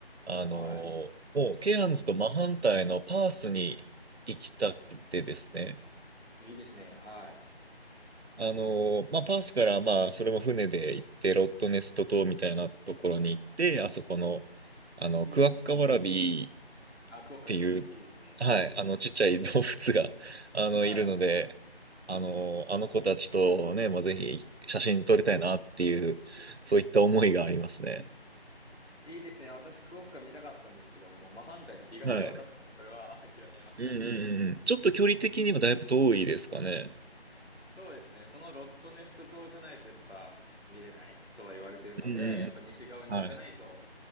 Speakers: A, on the right (about 80°); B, on the left (about 85°).
A: あの、
B: は
A: もうケアンズと真反対のパースに行きたくてですね。
B: い。いいですね。は
A: あの、まあパースからまあそれも船で行って、ロットネスト島みたいなところに行って、あそこの、あの、
B: い。
A: クワッカワラビ
B: うん。あ、クオッカですね。
A: っていう、
B: いいですね。
A: はい、あの、ちっちゃい動物が、<laughs> あの、
B: はい。
A: いるので、あの、あの子たちとね、まあ、ぜひ写真撮りたいなっていう、そういった思いがありますね。
B: いいですね。私、クオッカ見たかったんですけど、もう真反対の東側だったので、
A: はい。
B: それは <laughs> 諦めました。
A: うんうんうん。ちょっと距離的にはだいぶ遠いですかね。
B: そうですね。そのロットネスト島じゃないとやっぱ見れないとは言われてるので、
A: うんうんうん。
B: やっぱ西側に行かないと、
A: はい。